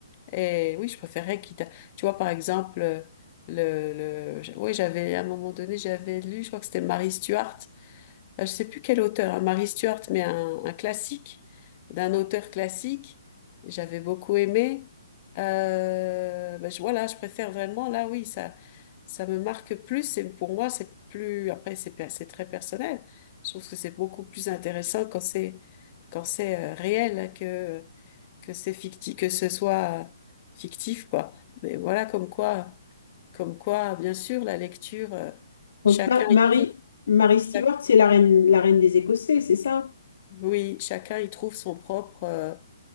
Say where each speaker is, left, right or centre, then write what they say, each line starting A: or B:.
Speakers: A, on the left; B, on the left.
A: Et oui, je préférais quitte à... Tu vois, par exemple, euh, le, le... j- Oui, j'avais, à un moment donné, j'avais lu, je crois que c'était Mary Stuart. Euh, Je sais plus quel auteur, hein, Mary Stuart, mais un, un classique, d'un auteur classique. J'avais beaucoup aimé. Euh, ben, je, voilà, je préfère vraiment, là, oui, ça, ça me marque plus. Et pour moi, c'est plus... Après, c'est per- c'est très personnel. Je trouve que c'est beaucoup plus intéressant quand c'est quand c'est euh, réel hein, que que c'est fictif, que ce soit euh, fictif, quoi. Mais voilà, comme quoi, comme quoi, bien sûr, la lecture, euh,
B: Donc,
A: chacun
B: Ma- Marie,
A: y trouve,
B: Marie Stewart,
A: chac-
B: c'est la reine, la reine des Écossais, c'est ça?
A: oui, chacun y trouve son propre euh,